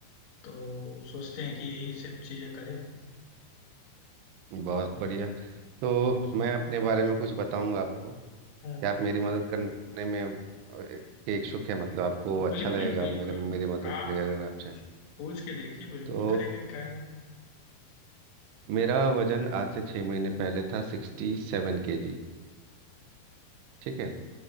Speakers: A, on the left (about 65°); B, on the right (about 85°).
A: तो सोचते हैं कि यही सब चीजें करें
B: बहुत बढ़िया तो मैं अपने बारे में कुछ बताऊंगा आपको क्या
A: हम्म
B: आप मेरी मदद करने में अ, के इच्छुक है मतलब आपको अच्छा
A: बिल्कुल
B: लगेगा
A: बिल्कुल
B: मेरे मेरी मदद
A: आप
B: करेगा अगर आप चाहें
A: पूछ के देखिए बिल्कुल
B: तो
A: करेंगे क्या नहीं
B: मेरा वजन आज से छः महीने पहले था सिक्सटी सेवन के जी ठीक है